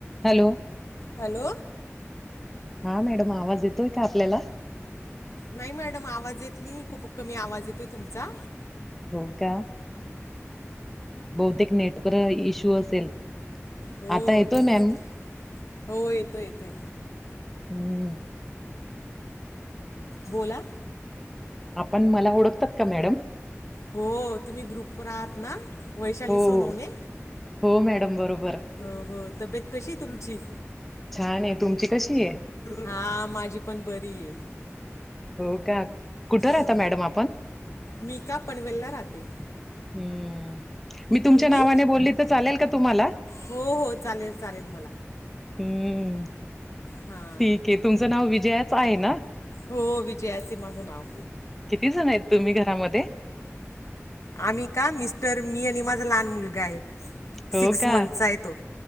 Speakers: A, in the centre; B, on the left (about 80°).
A: Hello
B: hello
A: हा madam आवाज येतोय का आपल्याला
B: नाही मॅडम आवाज येत नाही खूप कमी आवाज येतोय तुमचा
A: होो का बहुतेक नेटवर इश्यू असेल
B: हो
A: आता येतोय
B: तसच
A: मॅम
B: हो येतो येतोय
A: हम्म
B: बोला
A: आपण मला ओळखतात का मॅडम
B: हो तुम्ही ग्रुपवर आहात ना वैशाली
A: हो
B: सोनवणे
A: हो हो मॅडम बरोबर
B: हो हो तब्येत कशी तुमची
A: छान आहे तुमची कशी आहे
B: हा माझी पण बरी आहे
A: हो का कुठं राहता
B: हो
A: मॅडम आपण
B: मी का पनवेलला राहते
A: हम्म मी तुमच्या
B: तुम्ही
A: नावाने बोलली तर चालेल का तुम्हाला
B: हो हो चालेल चालेल
A: हम्म
B: हा
A: ठीक आहे तुमचं नाव विजयाच आहे ना
B: हो विजया अस माझं नाव
A: किती जण आहेत तुम्ही घरामध्ये
B: आम्ही का मिस्टर मी आणि माझा लहान मुलगा आहे
A: हो
B: सिक्स
A: का
B: मंथचा आहे तो